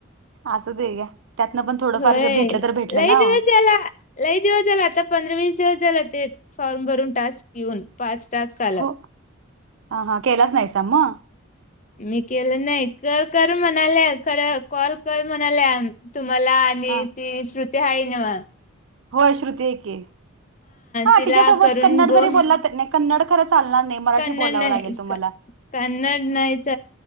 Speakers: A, on the right; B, on the left.
A: असत ह का <unintelligible> त्यातना पण <unintelligible>
B: होय
A: भेटलं तर भेटलं
B: लय
A: ना
B: जव
A: हो
B: चला <unintelligible> लई दिवस झाला आता पंधरा वीस दिवस झाला ते फॉर्म भरून टास्क घेऊन पाच टास्क आलात.
A: हो. हा हा केलाच नाहीसम <unintelligible>
B: मी केलं नाही कर कर म्हणाल्या खरं कॉल कर म्हणाल्या तुम्हाला
A: हा
B: ती श्रुती हाय ना <unintelligible>
A: होय श्रुती एके <unintelligible> हा
B: तिला
A: तिच्यासोबत
B: करून
A: कन्नड
B: बोल
A: जरी बोलला नाही कन्नड खरं चालणार नाही मराठी
B: कन्नड
A: बोलावं
B: नाही
A: लागेल तुम्हाला
B: कन्नड नाहीच